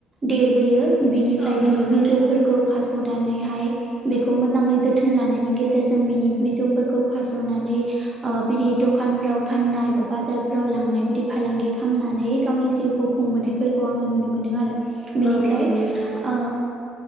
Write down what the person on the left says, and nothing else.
औ नंगौ
नोंथां
औ नंगौ नोंथां